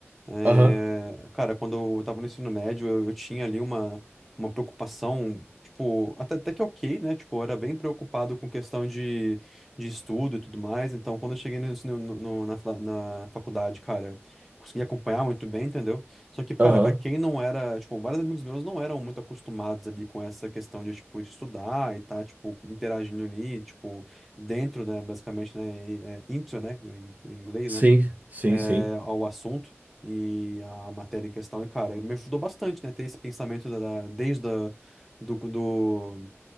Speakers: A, in the centre; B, on the right (about 35°).
A: É,
B: Aham,
A: cara, quando eu tava no ensino médio, eu, eu tinha ali uma, uma preocupação, tipo, até, até que ok, né? Tipo, eu era bem preocupado com questão de, de estudo e tudo mais. Então, quando eu cheguei no, ensino- no- no- na, fa- na faculdade, cara, consegui acompanhar muito bem, entendeu? Só que, cara,
B: aham.
A: pra quem não era, tipo, vários amigos meus não eram muito acostumados ali com essa questão de, tipo, estudar e tá, tipo, interagindo ali, tipo, dentro, né, basicamente, né, e, é, into, né, em em inglês,
B: Sim,
A: né,
B: sim, sim.
A: é, ao assunto e a matéria em questão. E, cara, me ajudou bastante, né, ter esse pensamento da, da- desde a, do, do,